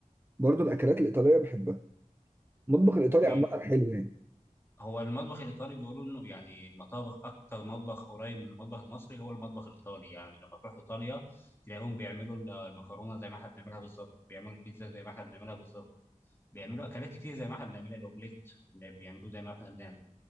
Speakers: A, on the right; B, on the left.
A: برضو الاكلات الايطاليه بحبها المطبخ الايطالي
B: اوكي
A: عامه حلو يعني
B: هو المطبخ الإيطالي بيقولوا إنه يعني المطابخ أكتر مطبخ قريب من المطبخ المصري هو المطبخ الإيطالي يعني لما تروح إيطاليا تلاقيهم بيعملوا ال- المكرونة زي ما إحنا بنعملها بالظبط بيعملوا البيتزا زي ما إحنا بنعملها بالظبط بيعملوا أكلات كتير زي ما إحنا بنعملها الأومليت بيعملوه زي ما إحنا بنعمل